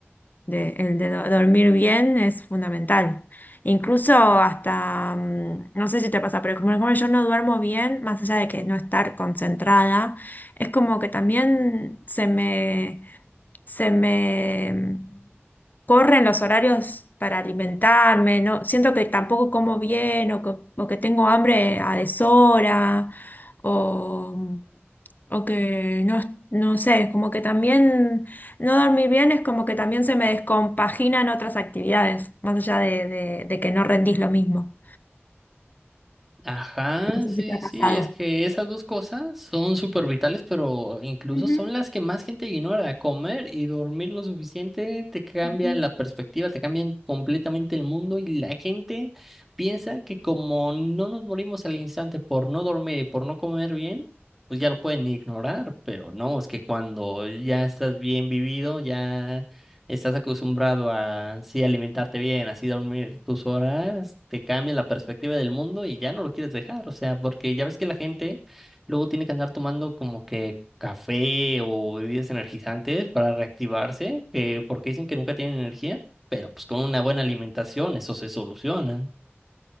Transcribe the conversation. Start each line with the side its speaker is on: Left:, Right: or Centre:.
Left: de- el de do- dormir bien es fundamental. Incluso hasta, mm, no sé si te pasa, pero como, como yo no duermo bien, más allá de que no estar concentrada, es como que también se me, se me mm, corren los horarios para alimentarme, no, siento que tampoco como bien o que, o que tengo hambre a deshora o, o que no, no sé, como que también... No dormir bien es como que también se me descompaginan otras actividades, más allá de, de- de que no rendís lo mismo.
Centre: Ajá,
Left: No sé
Centre: sí,
Left: si te ha
Centre: sí,
Left: pasado.
Centre: sí, es que esas dos cosas son súper vitales, pero incluso
Left: Ujú,
Centre: son las que más gente ignora. Comer y dormir lo suficiente te cambian
Left: ujú.
Centre: la perspectiva, te cambian completamente el mundo y la gente piensa que como no nos morimos al instante por no dormir y por no comer bien, pues ya lo pueden ignorar, pero no, es que cuando ya estás bien vivido, ya estás acostumbrado a sí alimentarte bien, así dormir tus horas, te cambia la perspectiva del mundo y ya no lo quieres dejar, o sea, porque ya ves que la gente luego tiene que andar tomando como que café o bebidas energizantes para reactivarse, que porque dicen que nunca tienen energía, pero pues con una buena alimentación eso se soluciona.